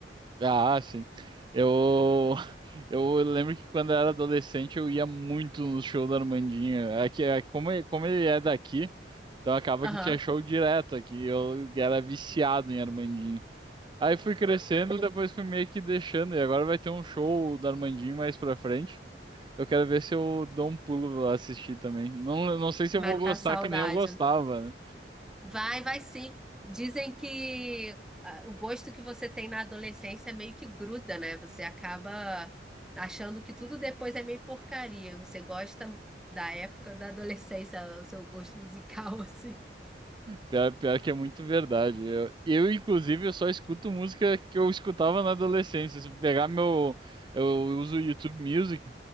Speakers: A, on the right (about 25°); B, in the centre.
A: Ah, sim. Eu, <laughs> eu lembro que quando eu era adolescente eu ia muito no show da Armandinha. É que é, como, ele- como ele é daqui, então acaba
B: Aham.
A: que tinha show direto aqui. Eu era viciado em Armandinho. Aí fui crescendo, depois fui meio que deixando. E agora vai ter um show da Armandinho mais pra frente. Eu quero ver se eu dou um pulo lá assistir também. Não, não sei se
B: Matar
A: eu vou gostar
B: a saudade,
A: que nem eu gostava, né?
B: Vai, vai sim. Dizem que ah, o gosto que você tem na adolescência meio que gruda, né? Você acaba achando que tudo depois é meio porcaria. Você gosta da época da adolescência, <laughs> o seu gosto musical, <laughs> assim.
A: Pior, pior que é muito verdade. Eu, eu, inclusive, eu só escuto música que eu escutava na adolescência. Se eu pegar meu. Eu uso o YouTube Music.